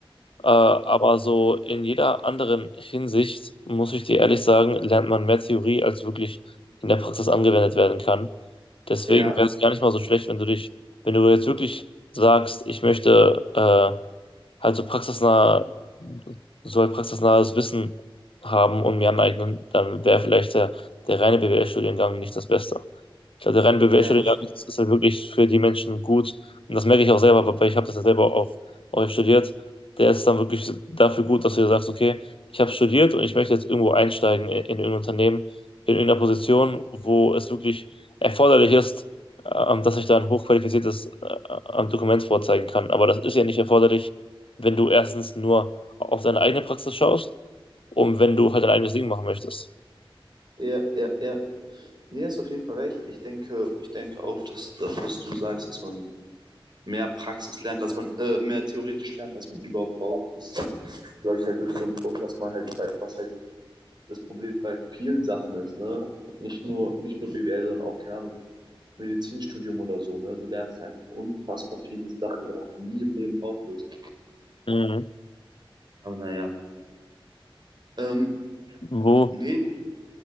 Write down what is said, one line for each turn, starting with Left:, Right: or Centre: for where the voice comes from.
Left: Äh, aber so in jeder anderen Hinsicht, muss ich dir ehrlich sagen, lernt man mehr Theorie, als wirklich in der Praxis angewendet werden kann. Deswegen
Right: ja,
Left: wäre es gar nicht mal so schlecht, wenn du dich, wenn du jetzt wirklich sagst, ich möchte äh, halt so praxisnah, so halt praxisnahes Wissen haben und mir aneignen, dann wäre vielleicht der, der reine BWL-Studiengang nicht das Beste. Ich glaube, der reine
Right: ja,
Left: Bachelorgang ist, ist halt wirklich für die Menschen gut. Und das merke ich auch selber, weil ich habe das ja selber auch, auch studiert. Der ist dann wirklich dafür gut, dass du dir sagst, okay, ich habe studiert und ich möchte jetzt irgendwo einsteigen in, in irgendein Unternehmen, in irgendeiner Position, wo es wirklich erforderlich ist, ähm, dass ich da ein hochqualifiziertes äh, äh, Dokument vorzeigen kann. Aber das ist ja nicht erforderlich, wenn du erstens nur auf deine eigene Praxis schaust und wenn du halt dein eigenes Ding machen möchtest.
Right: ja, ja, ja. Nee, hast auf jeden Fall recht. Ich denke, ich denke auch, dass das, was du sagst, dass man mehr Praxis lernt, dass man äh, mehr theoretisch lernt, als man überhaupt braucht, ist, glaube ich, halt wirklich so ein Punkt, dass man halt, bei, was halt das Problem bei vielen Sachen ist, ne? Nicht nur, nicht nur BWL, sondern auch, keine Ahnung, Medizinstudium oder so, ne? Du lernst einfach unfassbar viele Sachen, die du einfach nie im Leben brauchen wirst.
Left: Mhm.
Right: Aber naja. Ähm,
Left: Wo,
Right: nee,